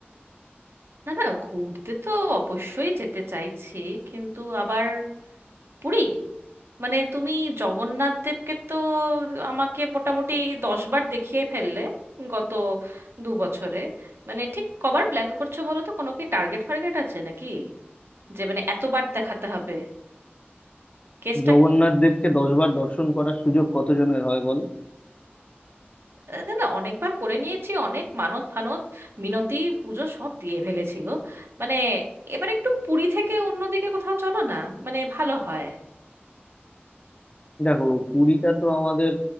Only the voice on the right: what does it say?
না না ঘুরতে তো অবশ্যই যেতে চাইছি কিন্তু আবার পুরী মানে তুমি জগন্নাথ দেবকে তো আমাকে মোটামুটি দশ বার দেখিয়ে ফেললে গত দু বছরে মানে ঠিক কবার প্ল্যান করছো বলো তো কোনো কি টার্গেট ফার্গেট আছে নাকি যে মানে এতবার দেখাতে হবে কেসটা
কি
আহ, না না অনেকবার করে নিয়েছি অনেক মানত ফানত মিনতি পুজো সব দিয়ে ফেলেছি গো মানে এবার একটু পুরী থেকে অন্যদিকে কোথাও চলো না মানে ভালো হয়